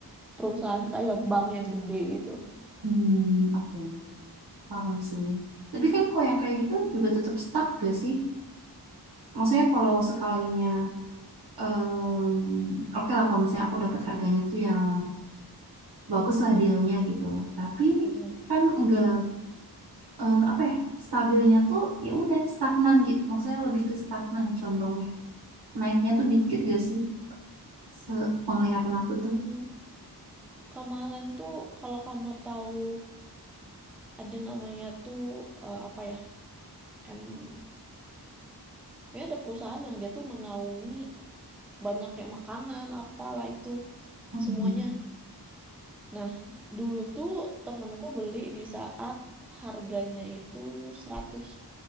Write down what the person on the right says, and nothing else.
Hmm, oke, Paham sih. Tapi kan kalau yang kayak gitu juga tetap stuck gak sih? Maksudnya kalau sekalinya Em, oke lah kalau misalnya aku dapat harganya tuh yang bagus lah dealnya gitu. Tapi
kan nggak eh, apa ya stabilnya tuh ya udah stagnan gitu. Maksudnya lebih ke stagnan condongnya. Naiknya tuh dikit gak sih? Sepenglihatan aku
tuh.
Mm-mm.